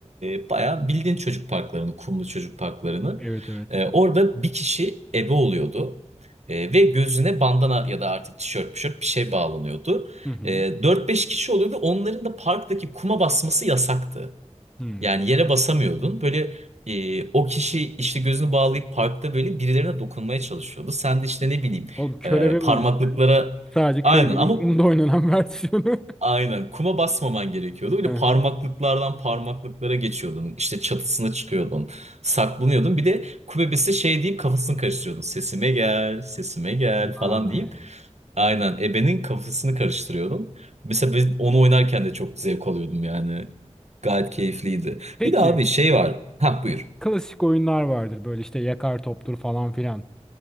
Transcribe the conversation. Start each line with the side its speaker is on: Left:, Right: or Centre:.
Right: e, bayağı bildiğin çocuk parklarını, kumlu çocuk parklarını.
Centre: Evet evet.
Right: E, orada bir kişi ebe oluyordu. E, ve gözüne bandana ya da artık tişört, tişört bir şey bağlanıyordu.
Centre: Hı hı.
Right: E, 4-5 kişi oluyordu. Onların da parktaki kuma basması yasaktı.
Centre: Hmm.
Right: Yani yere basamıyordun. Böyle e, o kişi işte gözünü bağlayıp parkta böyle birilerine dokunmaya çalışıyordu. Sen de işte ne bileyim
Centre: Oğlum körebe
Right: e, parmaklıklara
Centre: bu işte. Sadece
Right: aynen
Centre: körebenin
Right: ama
Centre: kumda oynanan <laughs> versiyonu.
Right: Aynen. Kuma basmaman gerekiyordu. Böyle
Centre: Hı hı.
Right: parmaklıklardan parmaklıklara geçiyordun. İşte çatısına çıkıyordun. Saklanıyordun. Bir de ku bebesi şey deyip kafasını karıştırıyordun. Sesime gel, sesime gel
Centre: Vay.
Right: falan deyip. Aynen. Ebenin kafasını karıştırıyordun. Mesela biz onu oynarken de çok zevk alıyordum yani. Gayet keyifliydi.
Centre: Peki
Right: Bir de abi şey var. Ha buyur.
Centre: klasik oyunlar vardır böyle işte yakar toptur falan filan.